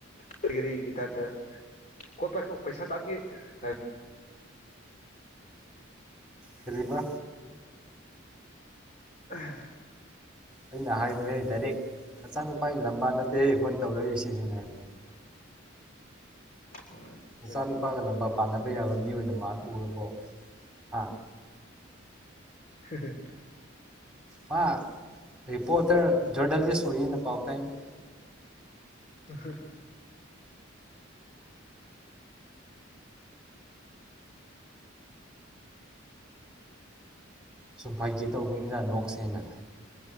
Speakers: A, on the left; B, in the centre.
A: ꯐꯔꯤ ꯊꯥꯛ ꯇ ꯀꯣꯠ ꯄꯥꯏꯈꯣ ꯄꯩꯁꯥ ꯇꯥꯒꯦ ꯍꯥꯏ
B: ꯀ ꯔꯤꯕꯥ
A: ꯎꯝ <inaudible>
B: ꯑꯩꯅ ꯍꯥꯏ ꯅ ꯗꯥꯌꯔꯦꯛ ꯅꯆꯥꯅꯨꯄꯥꯒꯤ ꯂꯝꯕꯥ ꯅꯠ ꯑꯦ ꯐꯣꯟ ꯇꯧꯅꯔꯤꯁꯤꯅꯤ ꯑꯩꯅ ꯍꯥꯏꯗꯤ
A: ꯎꯝ
B: ꯃꯆꯥꯅꯨꯄꯥꯒ
A: ꯑꯗꯨꯅꯦ
B: ꯂꯝꯕ ꯄ ꯄꯥꯅꯕ ꯌꯥꯕ ꯃꯤ ꯃꯜ ꯑꯣꯏꯅ ꯎꯔꯕꯣ ꯍꯥ <inaudible>
A: ꯑꯦ <inaudible>
B: ꯃꯥ ꯔꯤꯄꯣꯇꯔ ꯖꯔꯗꯥꯜꯂꯤꯁꯠ ꯑꯣꯏꯌꯦꯅ ꯄꯥꯎ ꯇꯥꯏꯏꯅꯤ <inaudible>
A: ꯎ <inaudible>
B: ꯁꯨꯝꯝ ꯐꯥꯒꯤ ꯇꯧꯕꯅꯤꯗ ꯅꯣꯛꯁꯦꯅ